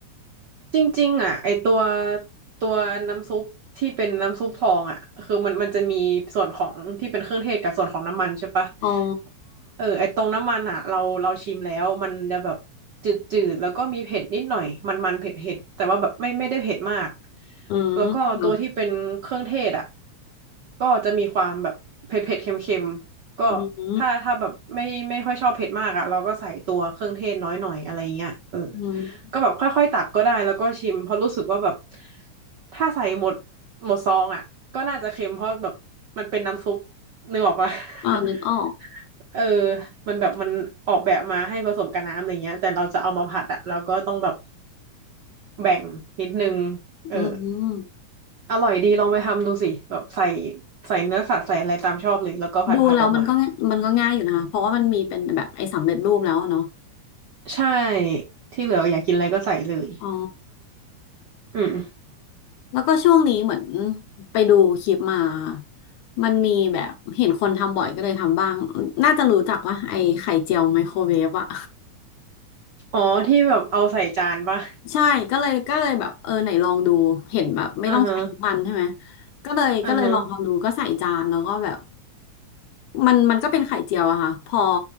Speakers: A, on the right; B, on the left.
A: จริงๆอ่ะไอตัวตัวน้ำซุปที่เป็นน้ำซุปฟองอ่ะคือมันมันจะมีส่วนของที่เป็นเครื่องเทศกับส่วนของน้ำมันใช่ปะ
B: <laughs> อ๋อ
A: เออไอตรงน้ำมันอ่ะเราเราชิมแล้วมันจะแบบจืดๆแล้วก็มีเผ็ดนิดหน่อยมันๆเผ็ดๆแต่ว่าแบบไม่ไม่ได้เผ็ดมาก
B: อื
A: แล้วก็ตัวที่เป็นเครื่องเทศอ่ะ
B: ม
A: ก็จะมีความแบบเผ็ดๆเค็มๆก็
B: อืมอ
A: ถ้าถ้าแบบไม่ไม่ค่อยชอบเผ็ดมากอ่ะเราก็ใส่ตัวเครื่องเทศน้อยหน่อยอะไรเงี้ยเออ
B: ืม
A: ก็แบบค่อยๆตักก็ได้แล้วก็ชิมเพราะรู้สึกว่าแบบถ้าใส่หมดหมดซองอ่ะก็น่าจะเค็มเพราะแบบมันเป็นน้ำซุปนึกออกปะ
B: อ่านึกออก
A: <laughs> เออมันแบบมันออกแบบมาให้ผสมกับน้ำอะไรเงี้ยแต่เราจะเอามาผัดอ่ะเราก็ต้องแบบแบ่งนิดนึงเออ
B: อืม
A: อร่อยดีลองไปทำดูสิแบบใส่ใส่เนื้อสัตว์ใส่อะไรตามชอบเลยแล้วก็ผัดผัดออกมา
B: ดูแล้วมันก็ง่ายมันก็ง่ายอยู่นะคะเพราะว่ามันมีเป็นแบบไอ้สำเร็จรูปแล้วอะเนาะ
A: ใช่ที่เหลืออยากกินอะไรก็ใส่เลย
B: อ๋อ
A: อืม
B: แล้วก็ช่วงนี้เหมือนไปดูคลิปมามันมีแบบเห็นคนทำบ่อยก็เลยทำบ้างน่าจะรู้จักว่าไอ้ไข่เจียวไมโครเวฟอะ
A: อ๋อที่แบบเอาใส่จานปะ
B: ใช่ก็เลยก็เลยแบบเออไหนลองดูเห็นแบบไม่ต้องใช้น้ำมันใช่ไหม
A: อ่าฮะ
B: ก็เลยก็เลยลองทำดูก็ใส่จานแล้วก็แบบ
A: อ่าฮะ
B: มันมันก็เป็นไข่เจียวอะค่ะพอ